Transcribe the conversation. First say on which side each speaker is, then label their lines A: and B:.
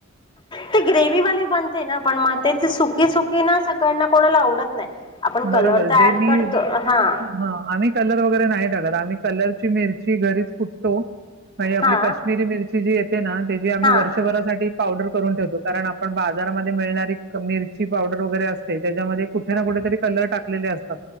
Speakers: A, on the left (about 25°); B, on the right (about 50°).
A: ते ग्रेववाली बनते ना पण मग ते सुकी सुकी ना सगळ्यांना कोणाला आवडत नाही आपण कलर
B: बरोबर
A: तर
B: जे
A: ॲड
B: मी
A: करतो हां
B: हा आम्ही कलर वगैरे नाही टाकत आम्ही कलरची मिरची घरीच फटतो आणिे आपली
A: हां
B: काश्मीरी मिरची जी येत ना त्याची आम्ही
A: हां
B: वर्षभरासाठी पावडर करून ठेवतो कारण आपण बाजारामध्ये मिळणारी मिरची पावडर वगैरे असते त्याच्यामध्ये कुठे ना कुठेेतरी कलर टाकले असते